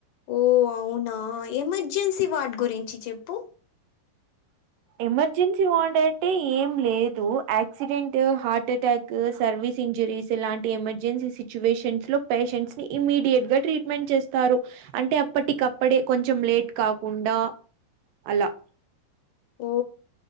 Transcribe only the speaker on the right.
ఎమర్జెన్సీ వాడ్ అంటే ఏం లేదు యాక్సిడెంట్ హార్ట్ అటాక్ కు సర్వీస్ ఇంజురీస్ ఇలాంటి ఎమర్జెన్సీ సిచ్యువేషన్స్ లో పేషెంట్స్ ని ఇమీడియట్ గా ట్రీట్ మెంట్ చేస్తారు అంటే అప్పటికప్పుడే కొంచెం లేట్ కాకుండా అలా